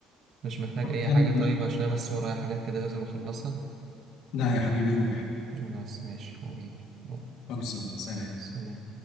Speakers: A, on the right; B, on the left.
A: مش محتاج
B: خلصانة
A: اي حاجه
B: يا
A: طيب
B: باشا.
A: عشان أنا بس ورايا حاجات كده لازم اخلصها
B: لا يا حبيبي روح
A: خلاص ماشي حبيبي يلا
B: خلصوا سلام
A: سلام